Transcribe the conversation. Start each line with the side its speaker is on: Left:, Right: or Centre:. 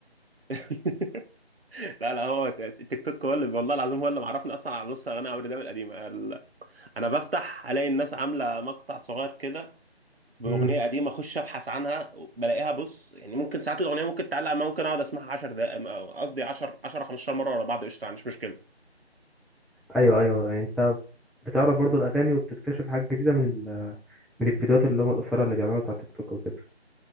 Right: <laughs> لا لا هو ت- تيك توك هو اللي والله العظيم هو اللي معرفني اصلا على نص اغاني عمرو دياب القديمه ال- انا بفتح الاقي الناس عامله مقطع صغير كده باغنيه
Centre: امم
Right: قديمه اخش ابحث عنها بلاقيها بص يعني ممكن ساعات الاغنيه ممكن تعلق معايا، ممكن اقعد اسمعها 10 دقائق م- قصدي 10 10 15 مره ورا بعض قشطه مش مشكله
Centre: ايوه ايوه يعني انت بتعرف برضه الاغاني وبتكتشف حاجات جديدة من ال... من الفيديوهات اللي هم القصيرة اللي بيعملوها بتاع تيك توك وكده